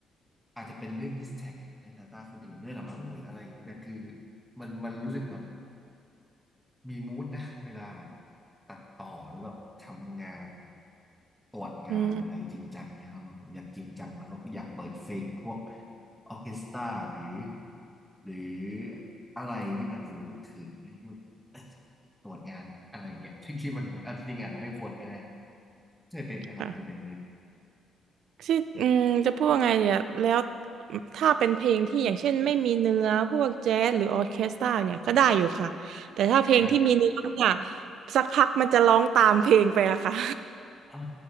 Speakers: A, in the centre; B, on the right (about 75°).
A: อาจจะเป็นเรื่อง distract ในสายตาคนอื่นด้วยละมั้งหรืออะไรอย่างนี้แต่คือมันมันรู้สึกแบบ มีมูดนะเวลาแบบตัดต่อหรือแบบทำงานตรวจงานหรืออะไรจริงจังเนี้ยเราอยากจริงจังแล้วก็อยากเปิดเพลงพวก
B: อืม
A: ออร์เคสตราหรือหรืออะไรที่มันดูคึกคืนไม่ใช่วตรวจงานอะไรเงี้ยที่ที่มันอ่ะจริงอาจจะไม่ควรก็ได้เคยเป็นไหมครับเคยเป็นไหม
B: ค่ะ ที่อืมจะพูดว่าไงเนี่ยแล้วถ้าเป็นเพลงที่อย่างเช่นไม่มีเนื้อพวกแจ๊สหรือออร์เคสตราเนี่ยก็ได้อยู่ค่ะแต่ถ้าเพลงที่มีเนื้อเนี่ย
A: อ่า
B: สักพักมันจะร้องตามเพลงไปอะค่ะ
A: อ๋อ